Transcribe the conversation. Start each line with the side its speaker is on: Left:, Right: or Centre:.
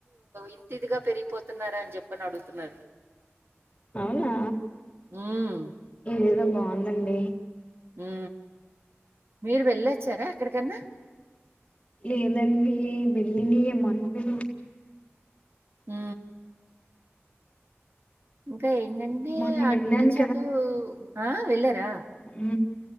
Right: ఇంతిదిగా పెరిగిపో పోతున్నారా అని చెప్పని అడుగుతున్నారు
Left: అవునా
Right: ఉమ్
Left: ఇదేదో బాగుందండి
Right: ఉ మీరు వెళ్ళొచ్చారా ఎక్కడికన్నా
Left: లేదండి వెళ్ళిన ఏమనలేదు
Right: ఊ ఇంకా ఏంటంటే
Left: మొన్న
Right: అటు
Left: వెళ్ళాను
Right: నుంచి అటు ఆ వెళ్ళారా
Left: ఉ